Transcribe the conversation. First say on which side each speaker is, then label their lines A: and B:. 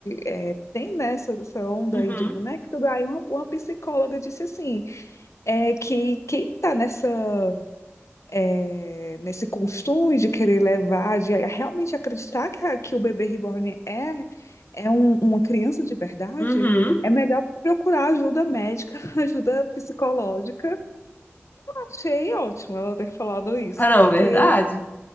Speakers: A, on the left (about 80°); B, on the left (about 40°).
A: é, tem nessa essa essa onda
B: Uhum,
A: aí de boneca, tudo. aí uma, uma psicóloga disse assim, é, que quem está nessa, é, nesse costume de querer levar, de realmente acreditar que, a- que o bebê reborn é, é um- uma criança de verdade,
B: uhum.
A: é melhor procurar ajuda médica, <laughs> ajuda psicológica. Achei ótimo ela ter falado isso,
B: Ah, não,
A: porque
B: verdade?